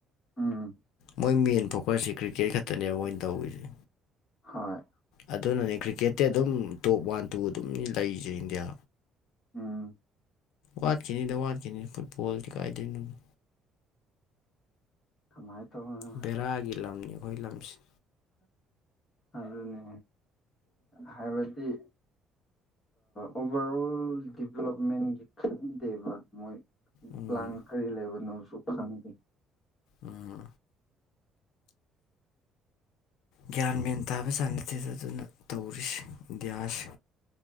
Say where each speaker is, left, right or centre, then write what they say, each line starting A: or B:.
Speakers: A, on the left; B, on the left.
A: ꯎꯝ
B: ꯃꯣꯏ ꯃꯦꯟ ꯐꯣꯀꯁꯁꯤ ꯀ꯭ꯔꯤꯛꯀꯦꯠ ꯈꯛꯇꯅꯦꯕ ꯃꯣꯏꯅ ꯇꯧꯔꯤꯁꯦ
A: ꯍꯣꯏ
B: ꯑꯗꯨꯅꯅꯦ ꯀ꯭ꯔꯤꯛꯀꯦꯠꯇꯤ ꯑꯗꯨꯝ ꯇꯣꯞ ꯋꯥꯟ ꯇꯨ ꯑꯗꯨꯝ ꯂꯩꯁꯦ ꯏꯟꯗꯤꯌꯥ
A: ꯎꯝ꯫
B: ꯋꯥꯠꯈꯤꯅꯤꯗ ꯋꯥꯠꯈꯤꯅꯤ ꯐꯨꯠꯕꯣꯜꯗꯤ ꯀꯥꯏꯗꯣꯏꯅꯣꯗꯣ
A: ꯀꯃꯥꯏ ꯇꯧꯕꯅꫭ
B: ꯕꯦꯔꯥꯒꯤ ꯂꯝꯅꯤ ꯑꯩꯈꯣꯏ ꯂꯝꯁꯦ
A: ꯑꯗꯨꯅꯦ ꯍꯥꯏꯕꯗꯤ ꯑꯣꯚꯔ ꯑꯣꯜ ꯗꯤꯕꯂꯞꯃꯦꯟꯒꯤ ꯈꯟꯗꯦꯕ ꯃꯣꯏ
B: ꯎꯝ
A: ꯄ꯭ꯂꯥꯟ ꯀꯔꯤ ꯂꯩꯕꯅꯣꯁꯨ ꯈꯪꯗꯦ
B: ꯎꯝ꯫ ꯒ꯭ꯌꯥꯟ ꯃꯦꯟ ꯇꯥꯕ ꯖꯥꯠ ꯅꯠꯇꯦꯗ ꯆꯥꯅꯗꯦ ꯑꯗꯨꯅ ꯇꯧꯔꯤꯁꯦ ꯏꯟꯗꯤꯌꯥꯁꯦ